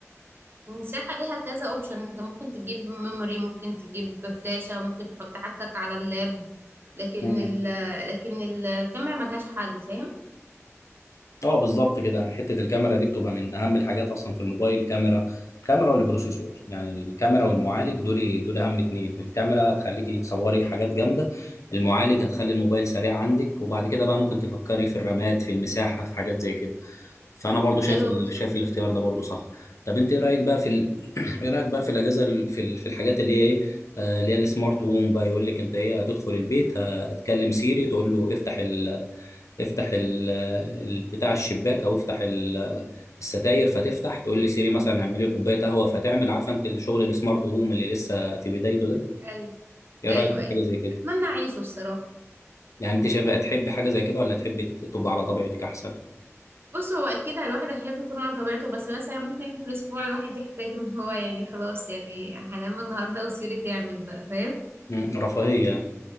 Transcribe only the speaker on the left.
<coughs>
اه بالظبط كده يعني حته الكاميرا دي بتبقى من اهم الحاجات اصلا في الموبايل كاميرا الكاميرا والبروسيسور يعني الكاميرا والمعالج دول دول اهم اتنين الكاميرا هتخليكي تصوري حاجات جامده المعالج هتخلي الموبايل سريع عندك وبعد كده بقى ممكن تفكري في الرامات في المساحه في حاجات زي كده فانا برضو شايف
ال-
شايف الاختيار ده برضو صح طب انت ايه رايك بقى في ال... <clears throat> ايه رايك بقى في الاجهزه ال- في ال- في الحاجات اللي هي ايه آه، اللي هي السمارت هوم بقى يقول لك انت ايه هتدخل البيت هتكلم سيري تقول له افتح ال... افتح ال- ال- بتاع الشباك او افتح ال- الستاير فتفتح تقول لي سيري مثلا اعملي لي كوبايه قهوه فتعمل عارفه انت الشغل السمارت هوم اللي لسه في بدايته ده
ايه
رايك في
حاجه زي كده
يعني انت شايف تحب حاجه زي كده ولا تحب ت- تبقى على طبيعتك احسن
مم، رفاهيه